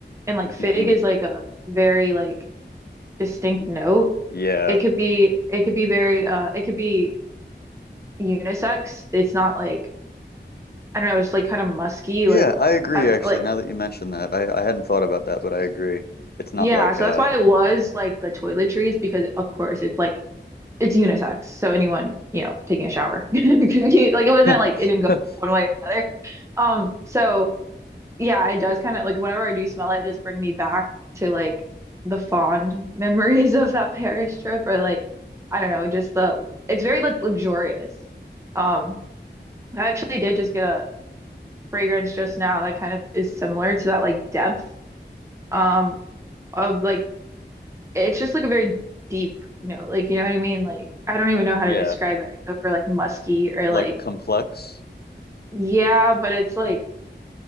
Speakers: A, on the right; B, on the left.
A: and like fig
B: hmm
A: is like a very like distinct note.
B: Yeah.
A: It could be it could be very uh it could be unisex. It's not like I don't know. It's like kind of musky
B: Yeah,
A: like
B: I agree
A: I don't
B: actually.
A: know like
B: Now that you mention that, I, I hadn't thought about that, but I agree. It's not
A: yeah.
B: like
A: So
B: uh
A: that's why it was like the toiletries because of course it's like it's unisex, so anyone, you know, taking a shower. <laughs> Like it wasn't like
B: <laughs>
A: it didn't go one way or the other. Um, so yeah, it does kind of like whenever I do smell it, it does bring me back to like the fond <laughs> memories of that Paris trip or like I don't know, just the it's very like luxurious. Um, I actually did just get a fragrance just now that kind of is similar to that like depth um of like it's just like a very deep note. Like, you know what I mean? Like, I don't even know how
B: yeah,
A: to describe it except for like musky or
B: like
A: like,
B: complex.
A: yeah, but it's like,